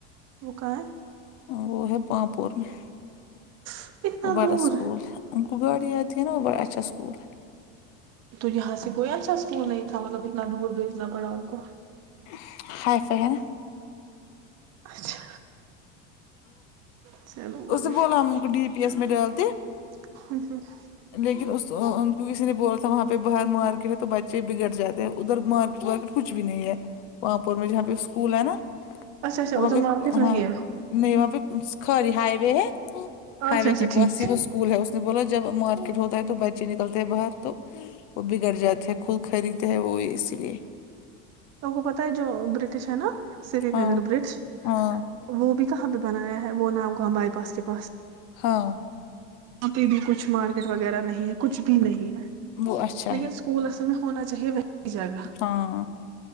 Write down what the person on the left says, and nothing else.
وہ ہے پاںپور میں
وہ بڑا
اسکول ان کو گاڑیی آتی ہے نا بڑاچھا اسکول
<unintelligible>
اس نے بولا ہم ان کو ڈی پی ایس میں ڈالتے
لیکن اس کی کسی نے بول وہاں پہ باہر مارکیٹ ہے تو بچے بگڑ جاتے ہیں ادھر مارکیٹ وارکیٹ کچھ بھی نہیں ہے پامپور میں جہاں پہ اسکول ہے نا
وہاں
پہ
ہاں
نہیں وہاں پہ خالی ہائی وے ہے ہائی
وے
کے
پاس ہی وہ اسکول ہے اس نے بولاو جب مکٹ ہوتا ہے تو بچے نکلتے ہیں باہر تو وہ بگڑ جاتے ہیں خود خریدتے ہے وہ اس لیے
ہاں
ہاں
ہاں
وہ اچھا
ہے
ہاں